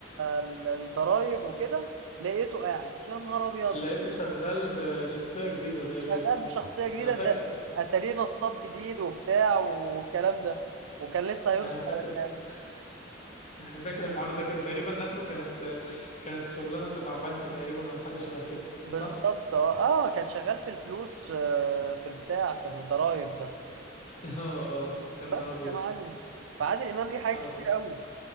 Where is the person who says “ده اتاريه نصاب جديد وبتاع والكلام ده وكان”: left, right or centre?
Right